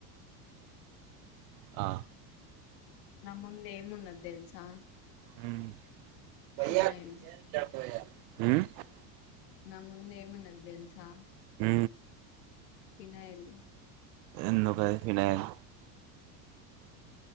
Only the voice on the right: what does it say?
ఆ
<unintelligible>
ఉ
ఎందుక అది ఫినాయిల్